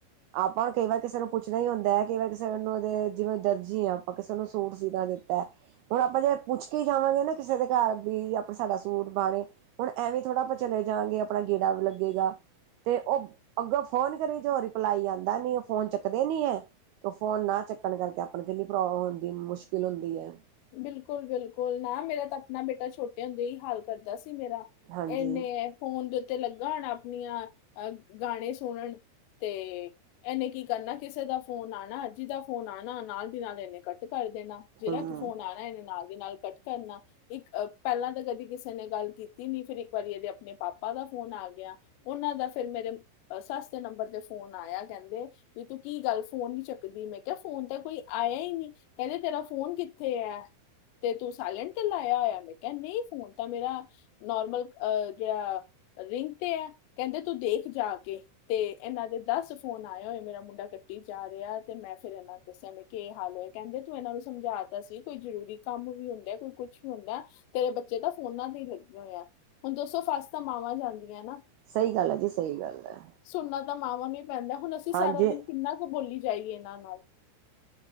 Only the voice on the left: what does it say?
ਬਿਲਕੁਲ ਬਿਲਕੁਲ ਨਾ ਮੇਰਾ ਤਾਂ ਆਪਣਾ ਬੇਟਾ ਛੋਟੇ ਹੁੰਦੇ ਹੀ ਹਾਲ ਕਰਦਾ ਸੀ। ਮੇਰਾ
ਇਨੇ ਫੋਨ ਦੇ ਉੱਤੇ ਲੱਗਾ ਹੋਣਾ। ਆਪਣੀਆਂ ਅਹ ਗਾਣੇ ਸੁਣਨ ਤੇ ਇਹਨੇ ਕੀ ਕਰਨਾ ਕਿਸੇ ਦਾ ਫੋਨ ਆਉਣਾ ਅੱਜੀ ਦਾ ਫੋਨ ਆਉਣਾ ਨਾਲ ਦੀ ਨਾਲ ਇਹਨੇ ਕੱਟ ਕਰ ਦੇਣਾ ਜਿਹੜਾ
ਕਿਸ ਫੋਨ ਆ ਨਾ ਇਹਦੇ ਨਾਲ ਦੀ ਨਾਲ ਕੱਟ ਕਰਨਾ ਇੱਕ ਪਹਿਲਾਂ ਤਾਂ ਕਦੀ ਕਿਸੇ ਨੇ ਗੱਲ ਕੀਤੀ ਨੀ ਫਿਰ ਇੱਕ ਵਾਰੀ ਇਹਦੇ ਆਪਣੇ ਪਾਪਾ ਦਾ ਫੋਨ ਆ ਗਿਆ ਉਹਨਾਂ ਦਾ ਫਿਰ ਮੇਰੇ ਸੱਸ ਨੰਬਰ ਤੇ ਫੋਨ ਆਇਆ ਕਹਿੰਦੇ ਵੀ ਤੂੰ ਕੀ ਗੱਲ ਫੋਨ ਨੀ ਚੱਕਦੀ ਮੈਂ ਕਿਹਾ ਫੋਨ ਤਾਂ ਕੋਈ ਆਇਆ ਹੀ ਨਹੀਂ ਕਹਿੰਦੇ ਤੇਰਾ ਫੋਨ ਥੇ ਹੈ ਤੇ ਤੂੰ ਸਾਇਲੈਂਟ ਤੇ ਲਾਇਆ ਹੋਇਆ ਮੈਂ ਕਿਹਾ ਨਹੀਂ ਫੋਨ ਤਾਂ ਮੇਰਾ ਨੋਰਮਲ ਜਿਹੜਾ ਰਿੰਗ ਤੇ ਆ ਕਹਿੰਦੇ ਤੂੰ ਦੇਖ ਜਾ ਕੇ ਤੇ ਇਹਨਾਂ ਦੇ ਦੱਸ ਫੋਨ ਆਏ ਹੋਏ ਮੇਰਾ। ਮੁੰਡਾ ਕੱਟੀ ਜਾ ਰਿਹਾ ਤੇ ਮੈਂ ਫਿਰ ਇਹਨਾਂ ਨੂੰ ਦੱਸਿਆ ਮ ਹਾਲ ਹੋਇਆ ਕਹਿੰਦੇ ਤੂੰ ਇਹਨਾਂ ਨੂੰ ਸਮਝਾ ਕੋਈ ਜਰੂਰੀ ਕੰਮ ਵੀ ਹੁੰਦਾ ਕੋਈ ਕੁੱਛ ਵੀ ਹੁੰਦਾ ਤੇਰੇ ਬੱਚੇ ਤਾਂ ਫੋਨਾ ਤੇ ਹੀ ਲੱਗੇ ਹੋਏ ਆ ਹੁਣ ਦੱਸੋ ਫਸ ਤਾਂ ਮਾਵਾਂ ਜਾਂਦੀਆਂ ਨਾ।
ਸੁਣਨਾ ਤਾਂ ਮਾਵਾਂ ਨੂੰ ਹੀ ਪੈਂਦਾ ਹੁਣ ਅਸੀਂ
ਸਾਰਾ ਦਿਨ ਕਿੰਨਾ ਕੁ ਬੋਲੀ ਜਾਈਏ ਇਹਨਾਂ ਨਾਲ